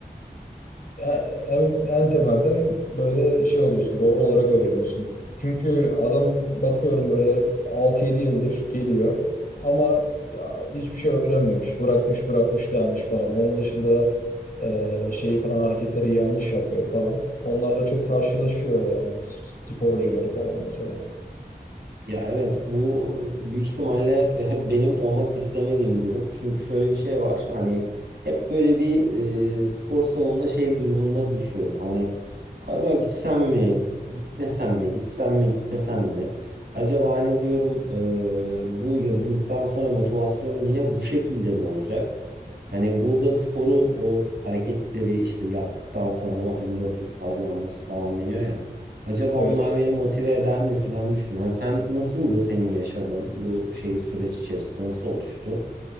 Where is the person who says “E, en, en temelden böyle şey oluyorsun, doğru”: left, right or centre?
Left